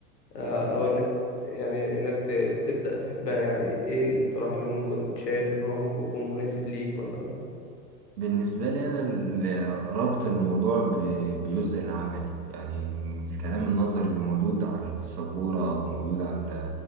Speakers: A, on the left; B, on the right.
A: آه، أو إنك يعني إنك ت- تبدأ تحبها يعني إيه الاقتراح اللي ممكن شايف إن هو ممكن يكون مناسب ليك مثلا
B: بالنسبة لي أنا ال- ربط الموضوع ب- بجزء العملي يعني الكلام النظري اللي موجود على السبورة أو موجود على